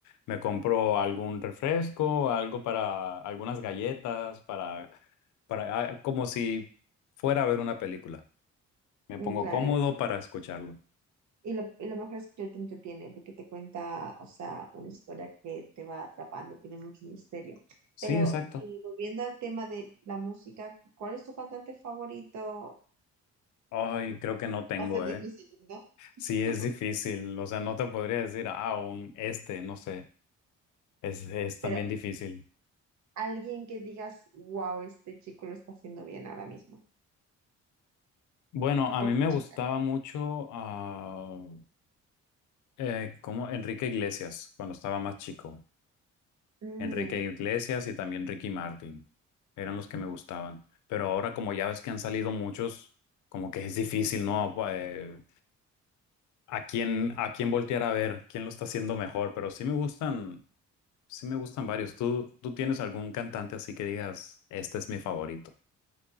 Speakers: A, on the left; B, on the right.
A: me compro algún refresco, algo para, algunas galletas, para, para, ah, como si fuera a ver una película. Me pongo
B: Mm, Claro.
A: cómodo para escucharlo.
B: Y lo, y lo mejor es que él te entretiene porque te cuenta, o sea, una historia que te va atrapando, tiene mucho misterio.
A: Sí,
B: Pero
A: exacto.
B: eh, volviendo al tema de la música, ¿cuál es tu cantante favorito?
A: Ay, creo que no tengo,
B: Va a ser
A: ¿eh?
B: difícil, ¿no? <laughs>
A: Sí, es difícil. O sea, no te podría decir, ah, un este, no sé. Es, es
B: Pero
A: también difícil.
B: alguien que digas, wow, este chico lo está haciendo bien ahora mismo.
A: Bueno, a
B: O
A: mí me gustaba
B: chica.
A: mucho ah, eh, como Enrique Iglesias cuando estaba más chico.
B: Mm,
A: Enrique
B: enti-
A: Iglesias y también Ricky Martin eran los que me gustaban. Pero ahora como ya ves que han salido muchos, como que es difícil, ¿no? Eh, a quién a quién voltear a ver, quién lo está haciendo mejor. Pero sí me gustan, sí me gustan varios. ¿Tú tú tienes algún cantante así que digas, este es mi favorito?